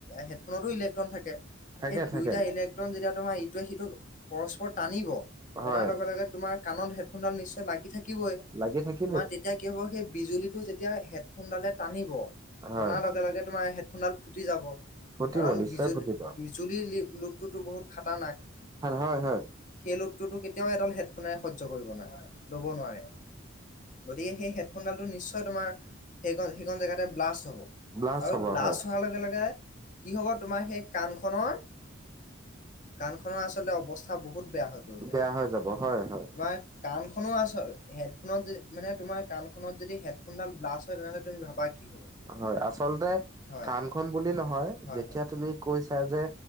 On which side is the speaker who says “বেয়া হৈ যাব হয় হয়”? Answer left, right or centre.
Right